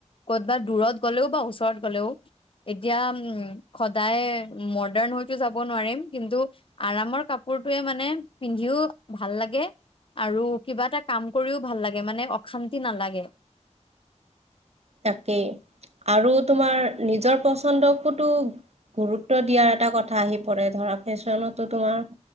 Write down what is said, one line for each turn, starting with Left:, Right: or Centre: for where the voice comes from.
Left: ক'তবাত দূৰত গ'লেও বা ওচৰত গ'লেও। এতিয়া উম, সদায় মডাৰ্ণ হৈ তো যাব নোৱাৰিম। কিন্তু আৰামৰ কাপোৰটোৱে মানে পিন্ধিও ভাল লাগে। আৰু কিবা এটা কাম কৰিও ভাল লাগে মানে অশান্তি নালাগে।
Right: তাকেই, আৰু তোমাৰ নিজৰ পচন্দকোতো গুৰুত্ব দিয়াৰ এটা কথা আহি পৰে, ধৰা ফেশ্বনতো তোমাৰ